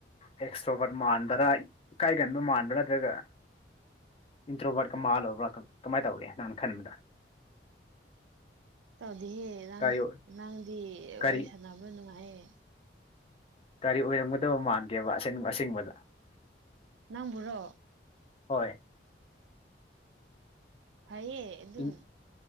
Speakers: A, on the left (about 30°); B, on the right (about 85°).
A: ꯑꯦꯛꯁꯇ꯭ꯔꯣꯕꯔꯠ ꯃꯥꯟꯕ꯭ꯔꯥ ꯏꯀꯥꯏꯒꯟꯕ ꯃꯥꯟꯕ꯭ꯔꯥ ꯅꯠꯇ꯭ꯔꯒ ꯏꯟꯇ꯭ꯔꯣꯕꯔꯠꯀ ꯃꯥꯜꯂꯕ꯭ꯔꯥ ꯀꯃꯥꯏꯅ ꯇꯧꯒꯦ ꯅꯪꯅ ꯈꯟꯕꯗ
B: ꯇꯧꯗꯦꯍꯦ ꯅꯪ
A: ꯀꯔꯤ ꯑꯣꯏ
B: ꯅꯪꯗꯤ
A: ꯀꯔꯤ
B: ꯋꯥꯔꯤ ꯁꯥꯟꯅꯕ ꯅꯨꯡꯉꯥꯏꯌꯦ
A: ꯀꯔꯤ ꯑꯣꯏꯔꯝꯒꯗꯕ ꯃꯥꯟꯒꯦꯕ ꯑꯁꯦꯡꯕ ꯑꯁꯦꯡꯕꯗ
B: ꯅꯪꯕꯨꯔꯣ
A: ꯍꯣꯏ
B: ꯐꯩꯌꯦ ꯑꯗꯨꯝ
A: ꯏꯪ